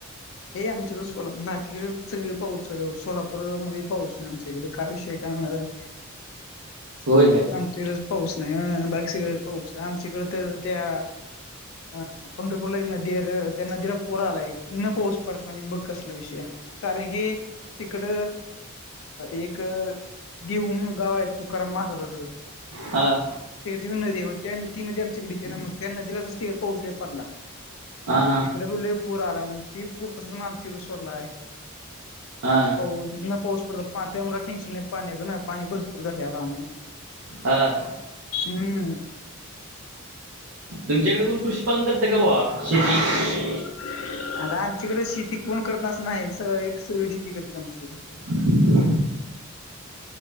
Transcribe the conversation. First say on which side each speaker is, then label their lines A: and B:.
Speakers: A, on the left; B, on the right.
A: हे आमची रुसोला पण नाही. कि <unintelligible> पाऊस चालू आहे सोलापूरला नाही पाऊस आमच्या इकडे का विषय काय माहित आहे
B: होय काय?
A: आम तिकडंच पाऊस नाही बाकी सगळीकडे पाऊस आमच्याकडे तर तर त्या हा पंढरपूरला नदी हाय रे त्या नदीला पूर आलाय, तिकडं पाऊस न पडता म्हणजे बघ कसला विषय आहे. कारण की, तिकड एक देहु म्हणून गाव आहे तुकाराम महाराजांच.
B: हा.
A: तिकडची नदी आहे म ती नदी आमच्याकडे ना मग त्या नदीला कस तिकडे पाऊस पडला.
B: हा. हा.
A: देहु ला लय पुर आलाय ते पूर तसंच आमच्या कडे सोडलाय.
B: हा.
A: पाऊस न पाऊस पडला पाण्याचा त्यामुळे, टेन्शन नाही पाण्याचं ना पाणी भरपूर झाले आता आम्हाला.
B: हा
A: हम्म
B: तुमच्याकडे कोण कृषी? <unintelligible> करत का भावा शेती?
A: आरं आमच्याकडे शेती कोण करत अस नाही एक सगळी शेती करत आमच्याकडे.
B: <inaudible>